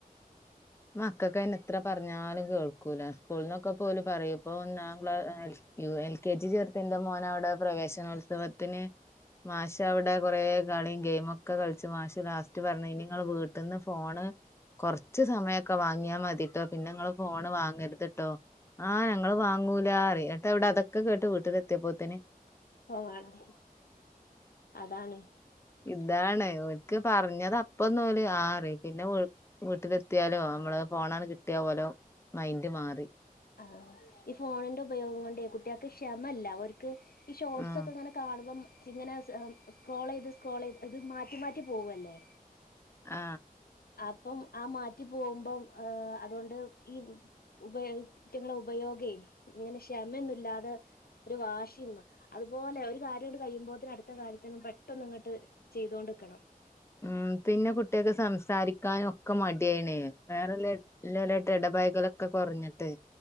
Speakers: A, on the left; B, on the left.
A: മക്കൾക്ക് അയിന് എത്ര പറഞ്ഞാലും കേൾക്കൂല സ്കൂളിലൊക്കെ പോലും പറയും ഇപ്പൊ ഒന്നാം ക്ലാ എൽ കെ ജി ചേർത്ത് എന്റെ മോന് അവിടെ പ്രവേശനോത്സവത്തിന് മാഷ് അവിടെ കുറെ കളിയും ഗെയിമും ഒക്കെ കളിച്ചു മാഷ് ലാസ്റ്റ് പറഞ്ഞു ഇനി നിങ്ങൾ വീട്ടീന്ന് ഫോണ് കുറച്ച് സമയ ഒക്കെ വാങ്ങിയാ മതീട്ടോ പിന്നെ നിങ്ങൾ ഫോണ് വാങ്ങരുതുട്ടോ ആഹ് ഞങ്ങൾ വാങ്ങൂല പറയും എന്നിട്ട് അതൊക്കെ കേട്ട് വീട്ടിലെത്തിയപ്പോത്തനെ
B: ഫോൺ വേണും അതാണ്
A: ഇതാണ് ഓൻക്ക് പറഞ്ഞത് അപ്പോ ഒന്ന് ഓ പറയും പിന്നെ വീട്ടിലെത്തിയാലും നമ്മള് ഫോണങ്ങട്ട് കിട്ടിയ ഓല മൈന്റ് മാറി
B: ആ ഈ ഫോണിന്റെ ഉപയോഗം കൊണ്ടേ കുട്ടികൾക്ക് ക്ഷമല്ല ഓർക്ക് ഈ ഷോർട്സ്
A: ഉം
B: ഒക്കെ ഇങ്ങനെ കാണുമ്പം ഇങ്ങനെ സ്ക്രോൾ ചെയ്ത് സ്ക്രോൾ ചെയ്ത് ഇത് മാറ്റി മാറ്റി പോവല്ലേ
A: ആ
B: അപ്പം ആ മാറ്റി പോകുമ്പം അതുകൊണ്ട് ഈ ഉപയോഗിക്കുന്ന ഉപയോഗെ ഇങ്ങനെ ക്ഷമയോന്നുമില്ലാതെ ഒരു വാശിയും അതുപോലെ ഒരു കാര്യം അങ്ങട്ട് കഴിയുമ്പോത്തിന് അടുത്ത കാര്യത്തിനു പെട്ടന്ന് ഇങ്ങോട്ട് ചെയ്തൊണ്ട് നിക്കണം
A: ഉം പിന്നെ കുട്ടികൾക്ക് സംസാരിക്കാനും ഒക്കെ മടിയാണ് വേറൊള്ള അളുക്കളായിട്ട് ഇടപടലൊക്കെ കുറഞ്ഞിട്ട്